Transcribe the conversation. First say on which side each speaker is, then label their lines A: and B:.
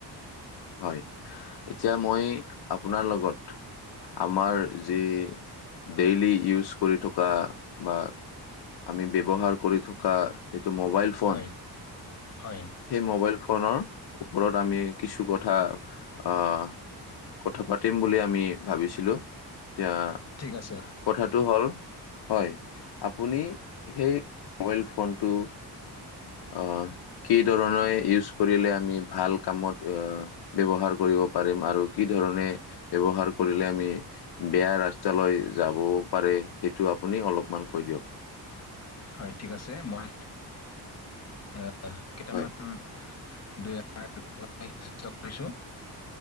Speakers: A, on the left (about 70°); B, on the left (about 40°).
A: হয়, এতিয়া মই আপোনাৰ লগত আমাৰ যি ডেইলি ইউজ কৰি থকা বা আমি ব্যৱহাৰ কৰি থকা এইটো মোবাইল ফোন
B: হয়, হয়।
A: সেই মোবাইল ফোনৰ ওপৰত আমি কিছু ক কথা, অ', কথা পাতিম বুলি আমি ভাবিছিলোঁ, এতিয়া
B: ঠিক আছে।
A: কথাটো হ'ল হয়, আপুনি সেই মোবাইল ফোনটো অ', কি ধৰণে ইউজ কৰিলে আমি ভাল কামত আ ব্যৱহাৰ কৰিব পাৰিম আৰু কি ধৰণে ব্যৱহাৰ কৰিলে আমি বেয়া ৰাস্তালৈ যাবও পাৰে, সেইটো আপুনি অলপমান কৈ দিয়ক।
B: হয় ঠিক আছে, মই আহ, কেইটামান
A: হয়
B: দুই <unintelligible> চেষ্টা কৰিছোঁ‌,